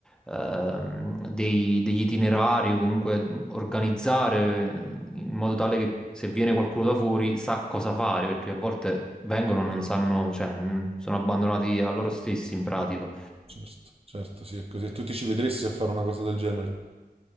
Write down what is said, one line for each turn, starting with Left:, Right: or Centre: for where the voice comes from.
Centre: ehm, dei- degli itinerari o comunque organizzare in modo tale che se viene qualcuno da fuori sa cosa fare, perché a volte vengono e non sanno, cioè, mm, sono abbandonati a loro stessi in pratica.
Right: Certo, certo, sì, è così. E tu ti ci vedresti a fare una cosa del genere?